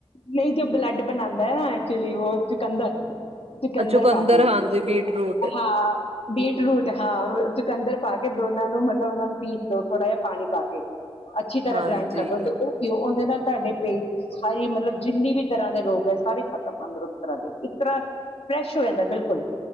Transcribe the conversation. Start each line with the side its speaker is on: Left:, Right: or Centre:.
Left: ਨਹੀਂ ਜੋ ਬਲੈੱਡ ਬਨਾਦਾ ਐਕਚੁਲੀ ਉਹ ਚੁਕੰਦਰ। ਚੁਕੰਦਰ
Right: ਅ
Left: ਪਾ ਕੇ
Right: ਹਾਂਜੀ ਬੀਟ ਰੂਟ
Left: ਹਾਂ ਬੀਟਰੂਟ ਹਾਂ ਚੁਕੰਦਰ ਪਾ ਕਿ ਦੋਨਾਂ ਨੂੰ ਮਤਲਬ ਉਹਨਾਂ ਨੂੰ ਪੀਸ ਲਓ ਥੋੜਾ ਜਿਹਾ ਪਾਣੀ ਪਾ ਕੇ। ਅੱਛੀ ਤਰ੍ਹਾਂ
Right: ਹਾਂਜੀ
Left: ਗ੍ਰਾਈੰਡ ਕਰ ਦਿਉ ਤੇ ਉਹ ਪਿਓ ਦੇ ਨਾਲ ਤੁਹਾਡੇ ਪੇਟ ਸਾਰੀ ਮਤਲਬ ਜਿੰਨੀ ਵੀ ਤਰ੍ਹਾਂ ਦੇ ਰੋਗ ਹੈ ਸਾਰੇ ਖਤਮ ਅੰਦਰੋਂ ਇੱਕ ਤਰ੍ਹਾਂ ਦੇ ਇੱਕ ਤਰ੍ਹਾਂ ਫਰੈਸ਼ ਹੋ ਜਾਂਦਾ ਬਿਲਕੁਲ।